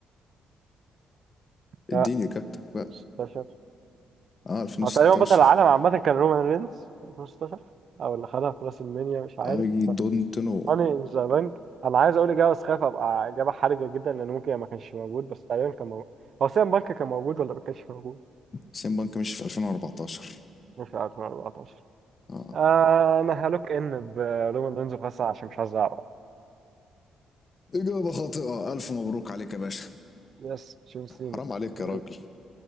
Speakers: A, on the left; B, on the right.
A: اديني
B: لا
A: اجابتك بقى
B: 16
A: اه 2016
B: هو تقريبا بطل العالم عامه كان رومان رينز في 2016 او اللي خدها في راس المنيا مش عارف
A: اي دونت نو
B: هاني ان ذا بانك انا عايز اقول اجابه بس خايف ابقى اجابه حرجه جدا لان ممكن ما كانش موجود بس تقريبا كان موجود هو سام بانك كان موجود ولا ما كانش موجود
A: سين بانك مشي في 2014
B: مش عارف من 14
A: اه
B: آه انا هلوك ان برومان رينز وخاصة عشان مش عايز اعرف
A: إجابة خاطئة ألف مبروك عليك يا باشا
B: يس شوف سينا
A: حرام عليك
B: مين؟
A: يا راجل